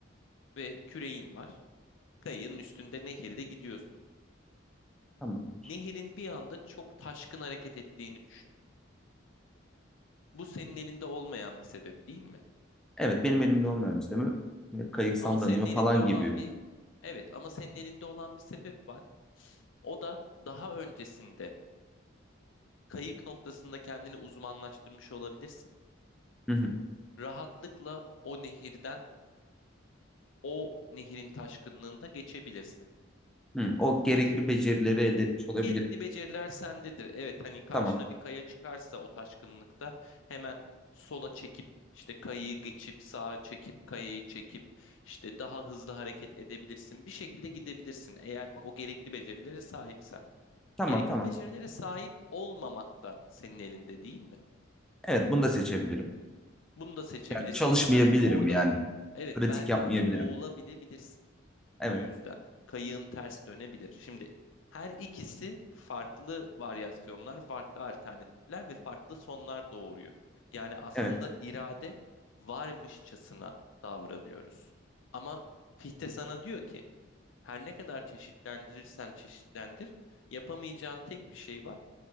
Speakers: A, on the left; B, in the centre.
A: Ve küreğin var. Kayığın üstünde nehirde gidiyorsun.
B: Tamamdır.
A: Nehirin bir anda çok taşkın hareket ettiğini düşün. Bu senin elinde olmayan bir sebep değil mi?
B: Evet benim elimde olmayan bir şey mi? Ve Kayık sallanıyor
A: Ama senin elinde
B: falan
A: olan
B: gibi.
A: bir evet ama senin elinde olan bir sebep var. O da daha öncesinde kayık noktasında kendini uzmanlaştırmış olabilirsin.
B: Hı hı.
A: rahatlıkla o nehirden o nehirin taşkınlığında geçebilirsin.
B: Hı, O gerekli
A: İkincisi
B: becerileri elde etmiş olabilirim.
A: gerekli beceriler sendedir. Evet hani karşına
B: Tamam.
A: bir kaya çıkarsa o taşkınlıkta hemen sola çekip işte kayayı geçip sağa çekip kayayı çekip işte daha hızlı hareket edebilirsin. Bir şekilde gidebilirsin eğer o gerekli becerilere sahipsen.
B: Tamam
A: Gerekli
B: tamam.
A: becerilere sahip olmamak da senin elinde değil mi?
B: Evet bunu da seçebilirim.
A: Bunu da seçebilirsin
B: Yani çalışmayabilirim
A: ve belki orada
B: yani.
A: evet
B: Pratik
A: belki
B: yapmayabilirim.
A: orada boğulabilebilirsin.
B: Evet.
A: Bu yüzden kayığın ters dönebilir. Şimdi her ikisi farklı varyasyonlar, farklı alternatifler ve farklı sonlar doğuruyor. Yani aslında
B: Evet.
A: irade varmışçasına davranıyoruz. Ama Fichte sana diyor ki her ne kadar çeşitlendirirsen çeşitlendir, yapamayacağın tek bir şey var.